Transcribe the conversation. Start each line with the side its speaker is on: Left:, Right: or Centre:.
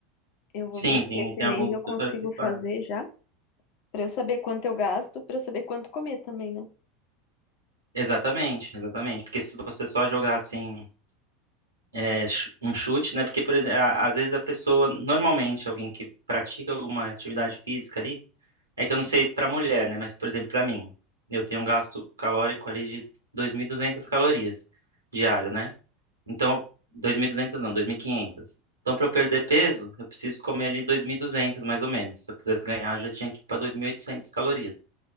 Left: Eu vou
Right: sim,
Left: ver se
Right: tem,
Left: esse
Right: tem
Left: mês
Right: alguns
Left: eu
Right: instrutores
Left: consigo
Right: que
Left: fazer
Right: fazem.
Left: já, Pra eu saber quanto eu gasto, pra eu saber quanto comer também, né?
Right: Exatamente, exatamente. Porque se você só jogar assim é, ch- um chute, né? Porque, por exemplo, a- às vezes a pessoa, normalmente, alguém que pratica alguma atividade física ali, é que eu não sei para mulher, né? Mas, por exemplo, para mim, eu tenho um gasto calórico ali de 2.200 calorias diário, né? Então, 2.200 não, 2.500. Então, para eu perder peso, eu preciso comer ali 2.200, mais ou menos. Se eu quisesse ganhar, eu já tinha que ir para 2.800 calorias.